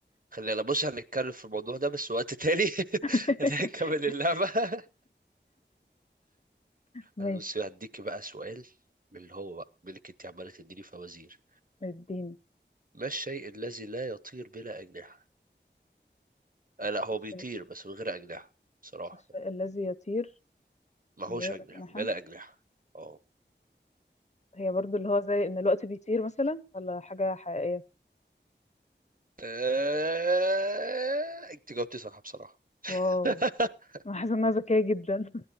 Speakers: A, on the right; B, on the left.
A: خلينا بص هنتكلم في الموضوع ده بس وقت تاني <laughs>
B: <laughs>
A: اللي هنكمل اللعبة <laughs>
B: ماشي
A: انا بص هديك بقى سؤال من اللي هو بقى منك انت عمالة تديني فوازير
B: اديني
A: ما الشيء الذي لا يطير بلا أجنحة آه لا هو
B: الشيء
A: بيطير بس من غير أجنحة بصراحة
B: الشيء الذي يطير
A: ما
B: من
A: هوش
B: غير
A: أجنحة
B: أجنحة
A: بلا أجنحة اه
B: هي برضو اللي هو زي ان الوقت بيطير مثلا ولا حاجة حقيقية
A: آه، انت جاوبتي صح بصراحة <laughs>
B: واو انا حاسة انها ذكية جدا